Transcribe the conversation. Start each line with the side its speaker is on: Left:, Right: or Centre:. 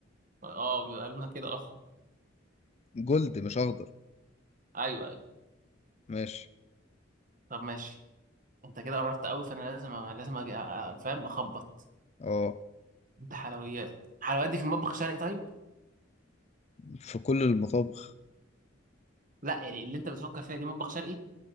Right: اه بيبقى لنا كده اه
Left: جولد مش اخضر
Right: ايوه ايوه
Left: ماشي
Right: طب ماشي انت كده قربت قوي فانا لازم لازم اجي أ- أ- فاهم اخبط
Left: اه
Right: انت حلويات الحلويات دي في مطبخ شرقي طيب
Left: في كل المطابخ
Right: لا يعني اللي انت بتفكر فيها دي مطبخ شرقي